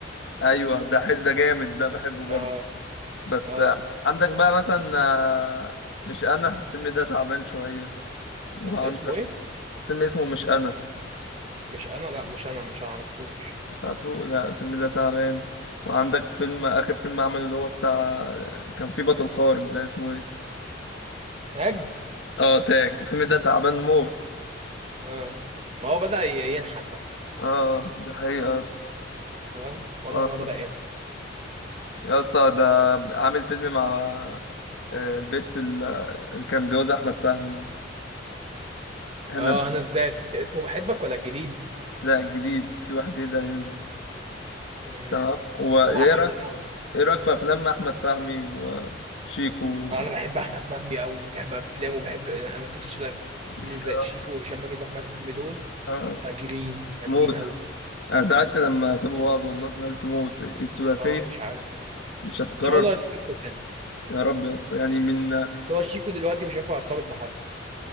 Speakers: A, on the left (about 75°); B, on the right (about 35°).
A: ايوه ده حلو ده جامد ده بحبه برضو
B: اه
A: بس
B: اه
A: آه، عندك بقى مثلا آه، مش انا الفيلم ده تعبان شويه وعندك
B: م- اسمه ايه
A: فيلم اسمه مش انا
B: مش انا لا مش انا مش أنا عرفتوش
A: مش عارفه لا الفيلم ده تعبان وعندك فيلم آخر فيلم عمل اللي هو بتاع كان فيه بطل خارق ده اسمه ايه
B: تاج
A: اه تاج الفيلم ده تعبان موت
B: اه ما هو بدأ ي- ينحت بقى
A: اه دي حقيقة يا اسطى
B: أنت فاهم واضح
A: اه
B: ان هو بدأ ينحت
A: يا اسطى ده عامل فيلم مع آه، البت ال- اللي كان متجوزها أحمد فهمي هنا
B: اه انا ازاي اسمه بحبك ولا الجديد
A: لا الجديد في واحد جديد هينزل
B: مم.
A: تمام وايه
B: هو عامة
A: رأيك
B: هو-
A: ايه رأيك في أفلام أحمد فهمي وشيكو
B: انا بحب احمد فهمي قوي بحب افلامه وبحب انا نسيت الثلاثي ازاي
A: آه،
B: شيكو وهشام ماجد واحمد فهمي دول
A: آه،
B: فاجرين جامدين
A: موت
B: قوي
A: انا زعلت لما سابوا بعض والله زعلت موت الثلاثيه
B: اه مش عارف والله ان
A: مش هتكرر
B: شاء الله يركبوا تاني
A: يا رب يا اسطى يعني من
B: بس هو شيكو دلوقتي مش هينفع يرتبط بحد